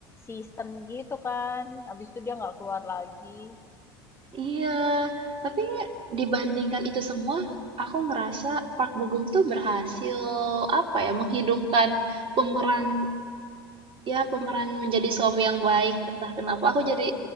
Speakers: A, on the left; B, on the right.
A: season gitu kan. Habis itu dia nggak keluar lagi.
B: Iya, tapi dibandingkan itu semua, aku ngerasa Park Bo Gum tuh berhasil apa ya menghidupkan pemeran ya pemeran menjadi suami yang baik entah kenapa aku jadi